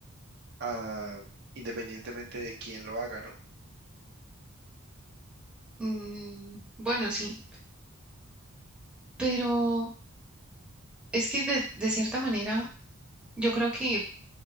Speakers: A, on the right; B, in the centre.
A: ah, independientemente de quién lo haga, ¿no?
B: Mm, bueno, sí, pero es que de, de cierta manera yo creo que